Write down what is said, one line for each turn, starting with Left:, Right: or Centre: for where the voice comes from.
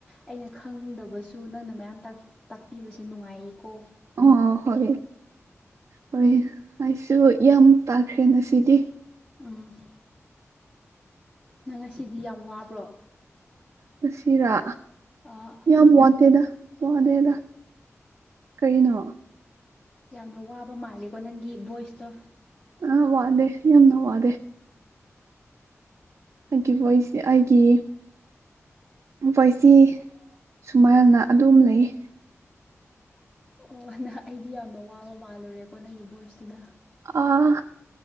Left: ꯑꯩꯅ ꯈꯪꯗꯕꯁꯨ ꯅꯪꯅ ꯃꯌꯥꯝ ꯇꯥꯛ ꯇꯥꯛꯄꯤꯕꯁꯦ ꯅꯨꯡꯉꯥꯏꯌꯦꯀꯣ
Right: ꯑꯣ ꯍꯣꯏ ꯍꯣꯏ ꯑꯩꯁꯨ ꯌꯥꯝ ꯇꯥꯈ꯭ꯔꯦ ꯉꯁꯤꯗꯤ
Left: ꯎꯝ ꯅꯪ ꯉꯁꯤꯗꯤ ꯌꯥꯝ ꯋꯥꯕ꯭ꯔꯣ
Right: ꯃꯁꯤ ꯔꯥ
Left: ꯑꯥ
Right: ꯌꯥꯝ ꯋꯥ ꯗ°ꯗ ꯋꯥꯗꯦꯗ ꯀꯩꯅꯣ
Left: ꯌꯥꯝꯅ ꯋꯥꯕ ꯃꯥꯂꯦꯀꯣ ꯅꯪꯒꯤ ꯚꯣꯏꯁꯇꯣ
Right: ꯑꯥ ꯋꯥꯗꯦ ꯌꯥꯝꯅ ꯋꯥꯗꯦ ꯑꯩꯒꯤ ꯕꯣꯏꯁ ꯑꯩꯒꯤ ꯄꯣꯏꯆꯤ ꯁꯨꯃꯥꯏꯜꯅ ꯑꯗꯨꯝ ꯂꯩꯌꯦ
Left: ꯑꯣ ꯅ ꯑꯩꯗꯤ ꯌꯥꯝꯅ ꯋꯥꯕ ꯃꯥꯜꯂꯨꯔꯦꯀꯣ ꯅꯪꯒꯤ ꯚꯣꯏꯁꯇꯨꯅ
Right: ꯑꯥ